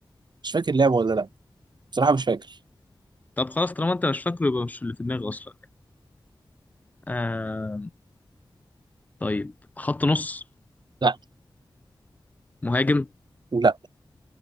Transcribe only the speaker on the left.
طب خلاص طالما انت مش فاكره يبقى مش اللي في دماغي اصلا آه طيب خط نص
مهاجم